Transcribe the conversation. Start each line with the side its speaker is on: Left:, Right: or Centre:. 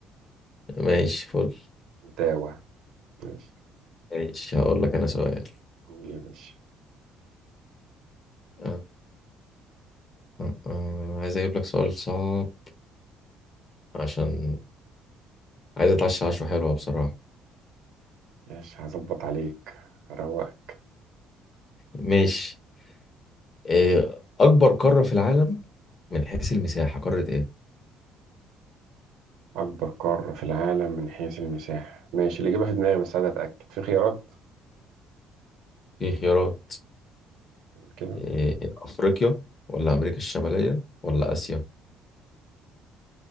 Left: ماشي فل
Right: اوتاوا ماشي
Left: ماشي هقول لك انا سؤال
Right: قول يا باشا
Left: أه أه أه. عايز اجيب لك سؤال صعب عشان عايز اتعشى عشوه حلوه بصراحه
Right: ماشي هظبط عليك هروقك
Left: ماشي إيه اكبر قاره في العالم من حيث المساحه قاره ايه
Right: اكبر قارة في العالم من حيث المساحة ماشي اللي جابها في دماغي بس عايز اتاكد في خيارات
Left: في خيارات
Right: قول كده
Left: إيه، أفريقيا ولا أمريكا الشمالية ولا آسيا